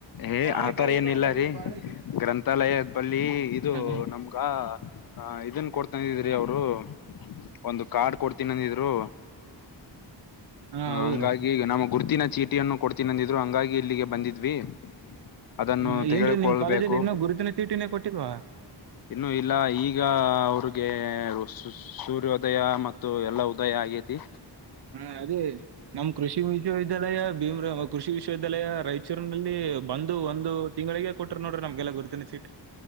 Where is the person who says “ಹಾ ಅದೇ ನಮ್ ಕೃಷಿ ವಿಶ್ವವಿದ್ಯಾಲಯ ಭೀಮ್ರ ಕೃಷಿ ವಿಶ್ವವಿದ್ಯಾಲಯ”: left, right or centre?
Right